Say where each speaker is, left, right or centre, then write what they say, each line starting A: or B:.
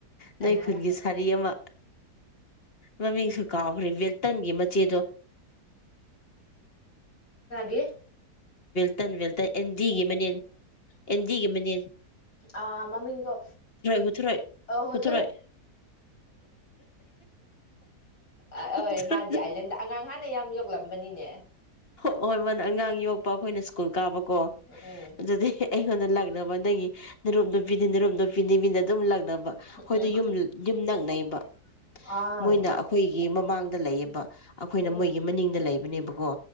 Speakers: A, on the left; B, on the left.
A: ꯀꯅꯥꯔ
B: ꯅꯣꯏ ꯈꯨꯟꯒꯤ ꯁꯥꯔꯤ ꯑꯃ ꯃꯃꯤꯡꯁꯨ ꯀꯥꯎꯈ꯭ꯔꯦ ꯕꯦꯜꯇꯟꯒꯤ ꯆꯗꯣ
A: ꯒꯦ
B: ꯇꯟ ꯦꯜꯇꯟ ꯑꯦꯟꯒꯤ ꯃꯅꯦꯟ ꯑꯗꯨꯒ ꯃꯅꯤ
A: ꯑꯥ ꯃꯃꯤꯡꯗꯣ
B: ꯍꯨꯊꯔꯣꯏ
A: ꯑ ꯍꯣꯏ
B: ꯍꯨꯊꯔꯣꯏ
A: ꯍꯣꯏ
B: ꯍꯨꯊꯔꯣꯏ
A: ꯍꯣꯏ ꯃꯥꯗꯤ ꯑꯥꯏꯂꯦꯟꯗ ꯑꯉꯥꯡ ꯍꯥꯟꯅ ꯌꯥꯝ ꯌꯣꯛꯂꯝꯕꯅꯤꯅꯦ
B: ꯍꯣꯏ ꯃ ꯑꯉꯥꯡ ꯌꯣꯛ ꯄꯥꯎꯣꯏꯅ ꯁ꯭ꯀꯨ ꯀꯥꯕ ꯀꯣ
A: ꯎꯝ
B: ꯑꯗꯨꯗꯤ ꯑꯩꯉꯣꯟꯗ ꯂꯥꯛꯅꯕ ꯅꯪꯒꯤ ꯅꯔꯨꯝ ꯅꯨꯄꯤꯅꯤ ꯅꯔꯨꯝ ꯅꯨꯄꯤꯅꯤ ꯃꯤꯅ ꯑꯗꯨꯝ ꯂꯥꯛꯅꯕ ꯣꯏ
A: ꯎꯝ
B: ꯌ ꯅꯛꯅꯩꯕ
A: ꯑꯥ
B: ꯃꯣꯏꯅ ꯑꯩꯈꯣꯏꯒꯤ ꯃꯃꯥꯡ ꯗ ꯂꯩꯌꯦꯕ ꯑꯩꯈꯣꯏꯅ
A: ꯎꯝ
B: ꯃꯣꯏꯒꯤ ꯃꯅꯤꯡꯗ ꯂꯩꯕꯅꯦꯕ ꯑꯗꯨꯀꯣ